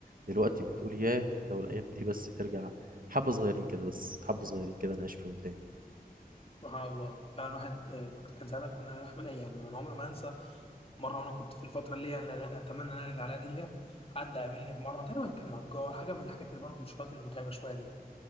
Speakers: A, on the right (about 60°); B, on the left (about 35°).
A: دلوقتي بتقول ياه لو الأيام دي بس ترجع حبة صغيرين كده بس حبة صغيرين كده نعيش فيهم تاني
B: سبحان الله فعلا واحد آه، كان ساعتها كنا نحمل ايام انا عمري ما انسى مره وانا كنت في الفتره اللي هي أنا لا- اتمنى ان انا ارجع لها دي حد قابلني في مره تقريبا كان نجار حاجه من الحاجات اللي برضه الشغلات المتعبه شويه دي